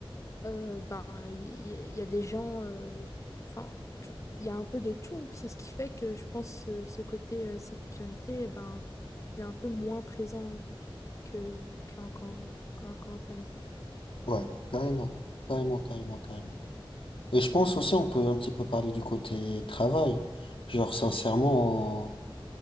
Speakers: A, on the left (about 35°); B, on the left (about 70°).
A: Euh, ben, il y, il y a des gens, euh, enfin, tu- il y a un peu de tout. C'est ce qui fait que je pense ce, ce côté euh, sécurité, eh ben, il est un peu moins présent que qu'en cam- qu'en campagne.
B: Ouais, carrément, carrément, carrément, carrément. Et je pense aussi on peut un petit peu parler du côté travail. Genre sincèrement,